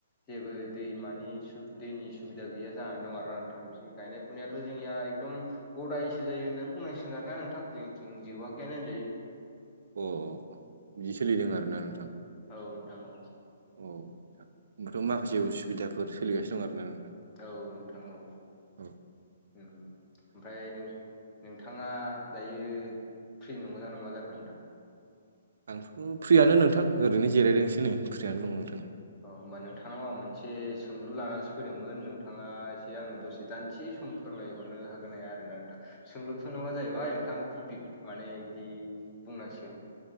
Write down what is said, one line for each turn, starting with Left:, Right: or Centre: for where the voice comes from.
Left: जेबो दैमानि सु दैनि सुबिदा गैया। जानानै दं आरो ना नोंथां। जि गायनाय फुनायाथ' जोंनिया एकदम गदायसो जायो होननानै बुंनांसिगोन आरोना नोंथां। जोंनिथिं जोबाखैयानो होनजायो।
Right: अ' बिदि सोलिदों आरोना नोंथां।
Left: औ नोंथां औ।
Right: औ नोंथां होमबाथ' माखासे उसुबिदाफोर सोलिगासिनो आरो ना नोंथां।
Left: औ नोंथां औ
Right: औ
Left: उम ओमफ्राय नों नोंथाङा दायो फ्रि नंगौना नङा जाखो नोंथां?
Right: आंथ' फ्रियानो नोंथां ओरैनो जिरायदोंसो नै फ्रियनो दं नोंथां।
Left: अ' होमबा नोंथांनाव आं मोनसे सोंलु लानानैसो फैदोंमोन नोंथाङा एसे आंनो दसे दानसे सम फोरमायहरनो हागोन ना हाया आरोना नोंथां? सोंलुथ नङा जाहैबाय नोंथां टपिक माने बिदि बुंनांसिगोन